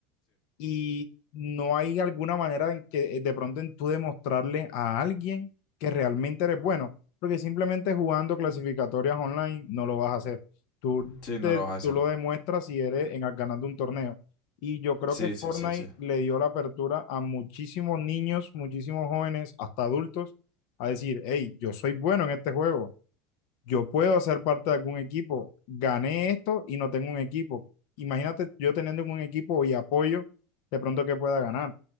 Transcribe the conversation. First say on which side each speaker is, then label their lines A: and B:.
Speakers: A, on the left; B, on the left.
A: y no hay alguna manera en que eh, de pronto en tú demostrarle a alguien que realmente eres bueno, porque simplemente jugando clasificatorias online no lo vas a hacer. Tú,
B: Sí, no
A: te,
B: lo vas a
A: tú lo
B: hacer.
A: demuestras si eres en al ganando un torneo. Y yo creo
B: Sí,
A: que Fortnite
B: sí, sí, sí.
A: le dio la apertura a muchísimos niños, muchísimos jóvenes, hasta adultos, a decir, hey, yo soy bueno en este juego yo puedo hacer parte de algún equipo, gané esto y no tengo un equipo. Imagínate yo teniendo un equipo y apoyo, de pronto que pueda ganar.